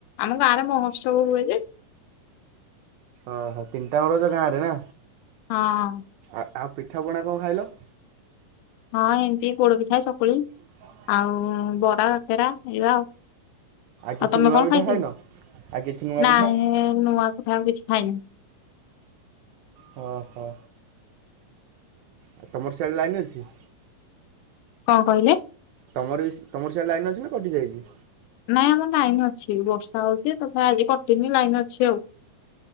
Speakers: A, on the left; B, on the right.
A: ଆମ ଗାଁ ରେ ମହୋତ୍ସବ ହୁଏ ଯେ।
B: ଓହୋ ତିନିଟାଙ୍କ ରଜ ଗାଁରେ ନା।
A: ହଁ।
B: ଆ ଆଉ ପିଠାପଣା କଣ ଖାଇଲ?
A: ହଁ ଏମିତି ପୋଡପିଠା ସକୁଳି
B: <unintelligible>
A: ଆଉ ବରା କାକେରା ହେଇବା ଆଉ।
B: କିଛି
A: ଆଉ ତମେ
B: ନୂଆ
A: କଣ
B: ପିଠା
A: ଖାଇଥ
B: ଖାଇନ ଆଉ କିଛି ନୂଆ
A: ନାଇଁ
B: ପିଠା
A: ନୂଆ କଠାଇ କିଛି ଖାଇଁ
B: ହଁ ହୋ। ଆଉ ତମର ସିଆଡେ ଲାଇନ୍ ଅଛି?
A: କଣ କହିଲେ?
B: ତମର ବି ତମର ସ ଲାଇନ୍ ଅଛି ନା କଟିଯାଇଚି?
A: ନାଇଁ ଆମର ଲାଇନ୍ ଅଛି, ବର୍ଷା ହୋଇଚି ତଥା ଆଜି କଟିନି ଲାଇନ୍ ଅଛି ଆଉ।